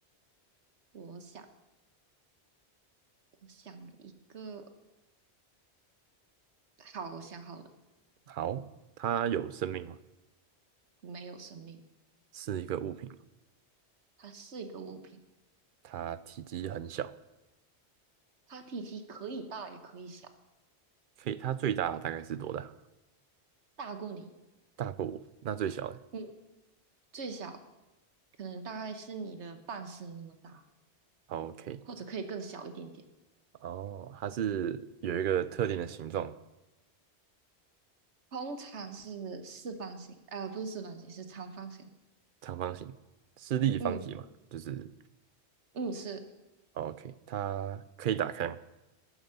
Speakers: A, on the right (about 85°); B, on the right (about 55°).
A: 我想我想一个，好，我想好了，
B: 好，它有生命吗？
A: 没有生命，
B: 是一个物品吗？
A: 它是一个物品，
B: 它体积很小，
A: 它体积可以大也可以小，
B: 可以，它最大大概是多大？
A: 大过你，
B: 大过我，那最小的。
A: 嗯，最小可能大概是你的半身那么大，
B: 好，OK。
A: 或者可以更小一点点。
B: 哦，它是有一个特定的形状嘛，
A: 通常是四方形，呃，不是四方形，是长方形。
B: 长方形，是立方体嘛？
A: 嗯，
B: 就是
A: 嗯，是
B: 哦 OK，它可以打开吗？